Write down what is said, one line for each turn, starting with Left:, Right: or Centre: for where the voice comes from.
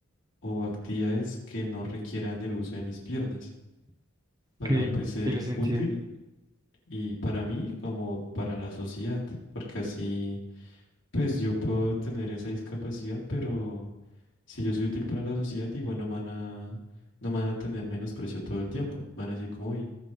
Left: o actividades que no requieran el uso de mis piernas para
Right: que
Left: pues, ser
Right: tiene sentido.
Left: útil y para mí como para la sociedad, porque así... Pues yo puedo tener esa discapacidad, pero si yo soy útil para la sociedad, igual no me van a, no me van a tener menosprecio todo el tiempo. Van a decir como, hoy.